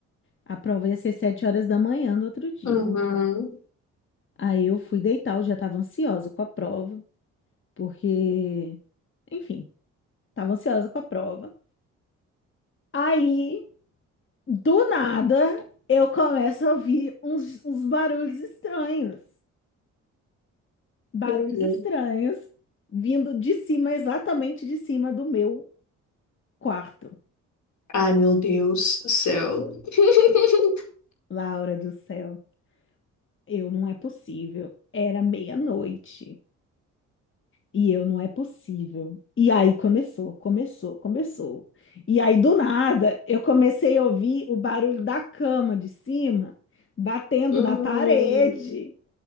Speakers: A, on the left; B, on the left.
A: A prova ia ser sete horas da manhã do outro dia.
B: Uhum,
A: Aí eu fui deitar, eu já tava ansiosa com a prova, porque, enfim, tava ansiosa com a prova. Aí. Do nada, eu começo a ouvir uns, uns barulhos estranhos. Barulhos
B: uhum.
A: estranhos vindo de cima, exatamente de cima do meu quarto.
B: Ai, meu Deus do céu. <laughs>
A: Laura do céu, eu não é possível. Era meia-noite e eu não é possível. E aí começou, começou, começou. E aí do nada, eu comecei a ouvir o barulho da cama de cima batendo
B: Hum,
A: na parede.